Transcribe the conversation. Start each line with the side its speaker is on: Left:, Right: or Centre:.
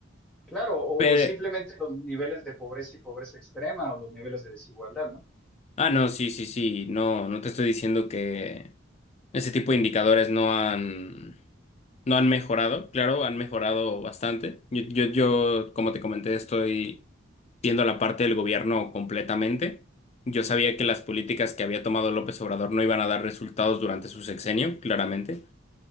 Centre: Claro, o
Left: Pero,
Centre: simplemente los niveles de pobreza y pobreza extrema o los niveles de desigualdad, ¿no?
Left: ah, no, sí, sí, sí, no, no te estoy diciendo que ese tipo de indicadores no han No han mejorado, claro, han mejorado bastante. Yo, yo, yo, como te comenté, estoy viendo la parte del gobierno completamente. Yo sabía que las políticas que había tomado López Obrador no iban a dar resultados durante su sexenio, claramente.